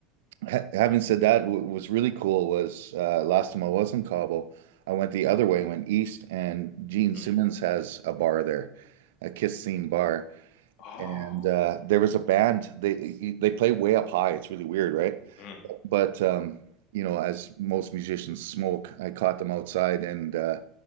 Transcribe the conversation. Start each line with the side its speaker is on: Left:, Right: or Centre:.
Right: Ha- Having said that, wh- what's really cool was uh, last time I was in Cabo, I went the other way, went east, and Gene Simmons
Left: Mm.
Right: has a bar there, a Kiss themed bar,
Left: Oh,
Right: and uh, there was a band. They they play way up high. It's really weird, right?
Left: mm,
Right: But um, you know, as most musicians smoke, I caught them outside, and uh,